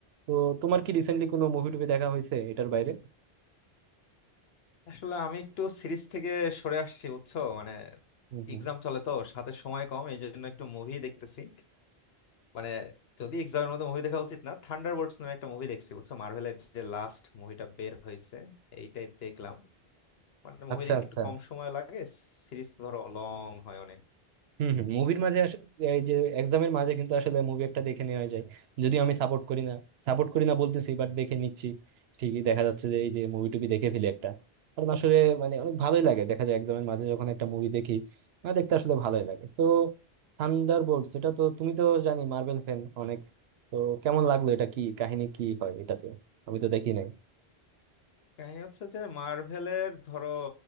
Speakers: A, on the right (about 75°); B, on the left (about 70°).
A: তো তোমার কি রিসেন্টলি কোনো মুভি টুভি দেখা হয়েছে এটার বাইরে
B: আসলে আমি একটু সিরিজ থেকে সরে আসছি বুঝছো মানে
A: হুম হুম
B: এক্সাম চলে তো সাথে সময় কম এই জন্য একটু মুভি দেখতেছি মানে যদি এক্সামের মধ্যে মুভি দেখা উচিত না থান্ডারবোল্টস নামে একটা মুভি দেখছি বুঝছো মার্ভেলের যে লাস্ট মুভিটা বের হয়েছে এইটাই দেখলাম মানে মুভি
A: আচ্ছা
B: দেখতে
A: আচ্ছা
B: একটু কম সময় লাগে সিরিজ ধরো লং হয় অনেক
A: হম হম মুভির মাঝে আস- এই যে এক্সামের মাঝে কিন্তু আসলে মুভি একটা দেখে নেওয়া যায় যদিও আমি সাপোর্ট করি না সাপোর্ট করি না বলতেছি বাট দেখে নিচ্ছি ঠিকই দেখা যাচ্ছে যে এই যে মুভি টুবি দেখে ফেলি একটা কারণ আসলে মানে অনেক ভালোই লাগে দেখা যায় এক্সামের মাঝে যখন একটা মুভি দেখি মানে দেখতে আসলে ভালোই লাগে তো থান্ডার বোল্ট এটা তো তুমি তো জানি মার্বেল ফ্যান অনেক তো কেমন লাগলো এটা কি কাহিনী কি হয় এটাতে আমি তো দেখি নাই
B: কাহিনী হচ্ছে যে মার্ভেলের ধরো